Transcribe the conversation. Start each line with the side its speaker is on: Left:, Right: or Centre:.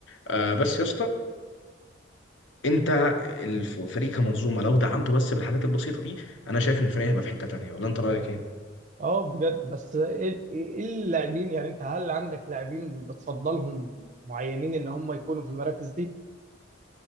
Left: آه، بس يا اسطى انت الفريق كمنظومه لو دعمته بس بالحاجات البسيطه دي انا شايف ان الفريق هيبقى في حته تانيه ولا انت رايك ايه؟
Right: اه بجد بس ايه إيه اللاعبين يعني انت هل عندك لاعبين بتفضلهم معينين ان هم يكونوا في المراكز دي؟